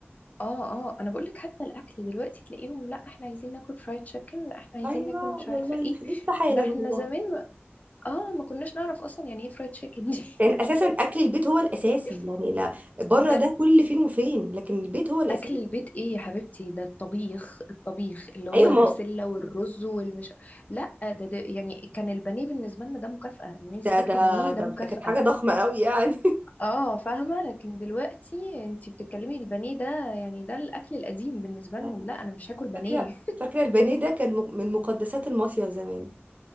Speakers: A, on the left; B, on the right.
A: اه اه انا بقول لك حتى الاكل دلوقتي تلاقيهم لا احنا عايزين ناكل فرايد تشيكن لا احنا عايزين
B: ايوه
A: ناكل مش
B: والله
A: عارفه ايه
B: لسه حالا
A: ده
B: والله
A: احنا زمان اه ما كناش نعرف اصلا يعني ايه فرايد تشيكن دي
B: كان اساسا اكل البيت هو الاساسي
A: <laughs>
B: يعني لا بره
A: ده
B: ده كل فين وفين لكن البيت هو الاساسي
A: اكل البيت ايه يا حبيبتي ده الطبيخ الطبيخ اللي هو
B: ايوه
A: البسله
B: ما هو
A: والرز والمش لا ده, ده يعني كان البانيه بالنسبه لنا ده مكافاه ان انت
B: ده
A: تاكلي
B: ده
A: بانيه
B: ده
A: ده مكافاه
B: ده كانت حاجه ضخمه قوي يعني
A: اه فاهمه لكن دلوقتي انت بتتكلمي البانيه ده يعني ده الاكل القديم بالنسبه
B: يعني
A: لهم لا انا مش هاكل بانيه
B: فاكرة فاكرة البانيه ده كان م- من مقدسات المصيف زمان